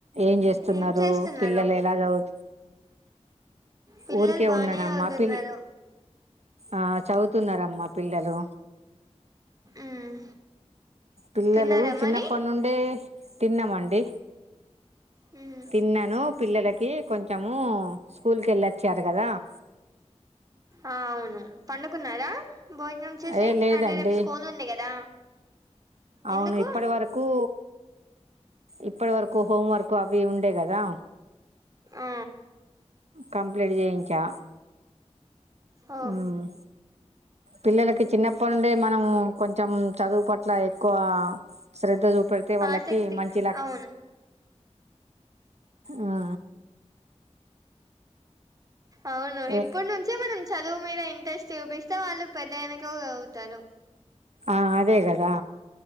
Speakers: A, on the right; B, on the right.
A: ఏం చేస్తున్నారు
B: ఏం చేస్తున్నారు
A: పిల్లలు ఎలా చదువు
B: పిల్లలు
A: ఊరికే
B: బానే
A: ఉన్నానమ్మా
B: సవుతున్నారు
A: పిల్ ఆ చదువుతున్నారమ్మా పిల్లలు
B: మ్మ్
A: పిల్లలు
B: తిన్నారా
A: చిన్నప్పటి
B: మరి
A: నుండే తిన్నమండి
B: హ
A: తిన్నాను పిల్లలకి కొంచెము స్కూల్ కేళ్ళొచ్చారు కదా <inaudible>
B: ఆ అవును పండుకున్నారా భోజనం చేసి
A: ఏ లేదండి
B: అంటే రేపు స్కోన్ ఉంది కదా
A: అవును
B: ఎందుకు
A: ఇప్పటి వరకు ఇప్పటి వరకు హోం వర్క్ అవి ఉండే కదా
B: ఆ
A: కంప్లీట్ చేయించా
B: ఓ
A: ఉమ్ పిల్లలకి చిన్నప్పటి నుండే మనం కొంచెం చదువు పట్ల ఎక్కువ శ్రద్ధ చూపెడితే వాళ్ళకి
B: ఆసక్తి
A: మంచి లక్
B: అవును
A: ఆ
B: అవును
A: ఏ
B: ఇప్పుటి నుంచే మనం చదువు మీద ఇంట్రెస్ట్ చూపిస్తే వాళ్ళు పెద్దగైనంక సవుతారు
A: ఆ అదే కదా